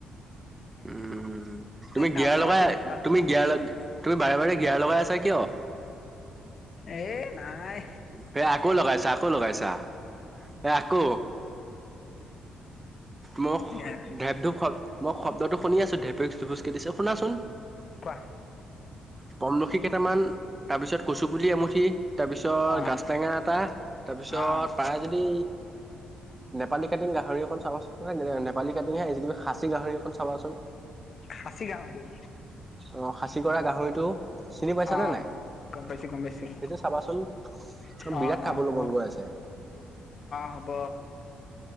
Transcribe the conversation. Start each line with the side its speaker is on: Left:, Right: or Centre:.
Right: উম তুমি
Left: ডাউকে
Right: গেয়াৰ লগাই
Left: মাটি
Right: তুমি গিয়াৰ লগ <unintelligible> তুমি বাৰে বাৰে গেঞাৰ লগাই আছা কিয় <unintelligible>
Left: এ নাই
Right: সেই আকৌ লগাইছা আকৌ লগাইছা এই আকৌ মোক
Left: এয়া
Right: ঢেপঢূপ শব্ মই শব্দটো শুনি আছো ঢেপেক পোচ কে দিছে শুনাচোন <unintelligible>
Left: কোৱা
Right: পমলখি কেইটামান তাৰ পিছত কচু পুলি এমুঠি তাৰ পিছত
Left: অ',
Right: গাছ টেঙা এটা তাৰ পিছত
Left: অ',
Right: পাৰে যদি। নেপালী কাটিং গাহৰি অকন চাবাচোন নেপালী কাটিং হে কিবি খাচী গাহৰি এখন চাবাচোন
Left: খাচী গাহৰি।
Right: অ খাচি কৰা গাহৰিটো চিনি পাইছানে
Left: অ',
Right: নাই?
Left: গম পাইছোঁ গম পাইছোঁ
Right: সেইটো চাবাচোন বিৰাট
Left: অ
Right: খাবলৈ
Left: অ হ'ব
Right: মন
Left: অ
Right: গৈ আছে
Left: হ'ব।